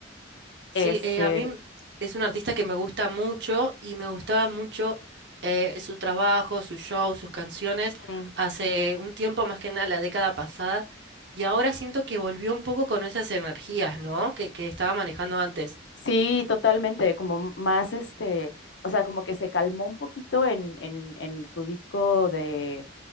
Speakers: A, on the right; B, on the left.
A: Sí,
B: Este,
A: eh, a mí es un artista que me gusta mucho y me gustaba mucho eh, su trabajo, su show, sus canciones,
B: ujú.
A: hace un tiempo más que nada la década pasada, y ahora siento que volvió un poco con esas energías, ¿no? Que, que estaba manejando antes.
B: Sí, totalmente, como más este, o sea, como que se calmó un poquito en, en, en su disco de,